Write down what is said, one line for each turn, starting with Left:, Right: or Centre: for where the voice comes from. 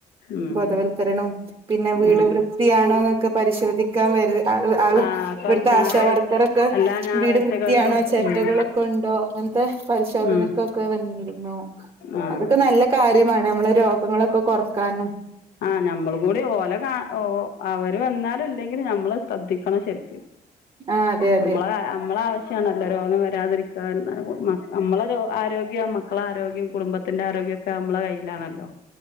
Left: ഉം
Right: ബോധവൽക്കരണും പിന്നെ വീട്
Left: ഉം
Right: വൃത്തിയാണോ ന്നൊ ക്കെ പരിശോധിക്കാൻ വര് ആൾ ആൾ
Left: ആ അപ്പം
Right: ഇവട്ത്തെ
Left: ഞായറാഴ്
Right: ആശാവർക്കറൊക്കെ
Left: എല്ലാ ഞായറാഴ്ചകളിലും
Right: വീട് വൃത്തിയാണോ ചെരറ്റകളൊക്കെ
Left: ഉം
Right: ഇണ്ടോ അങ്ങനത്തെ പരിശോധനക്കൊക്കെ
Left: ഉം
Right: വന്നിരുന്നു.
Left: ആ
Right: അതൊക്കെ നല്ല കാര്യമാണ് നമ്മളെ രോഗങ്ങളൊക്കെ കൊർക്കാനും.
Left: ആഹ് ഞമ്മളും കൂടി ഓല കാ ഓ അവര് വന്നാലും ഇല്ലെങ്കിലും നമ്മള് ശ്രദ്ധിക്കണം ശരിക്ക്.
Right: ആ അതെ അതെ
Left: നമ്മളെ കാ നമ്മളാവ ശ്യാണല്ലോ രോഗം വരാതിരിക്കാൻ ന്ന്. മ നമ്മളെ രോ ആരോഗ്യം മക്കളെ ആരോഗ്യം കുടുംബത്തിന്റെ ആരോഗ്യൊ ക്കെ നമ്മളെ കയ്യിലാണല്ലോ.